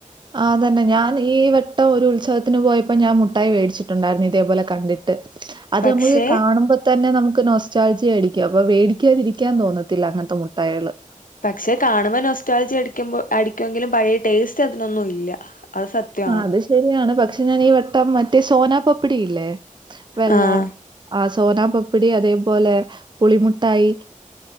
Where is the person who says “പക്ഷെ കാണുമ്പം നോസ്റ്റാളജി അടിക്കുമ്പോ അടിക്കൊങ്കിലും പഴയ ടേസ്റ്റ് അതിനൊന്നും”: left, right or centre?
Left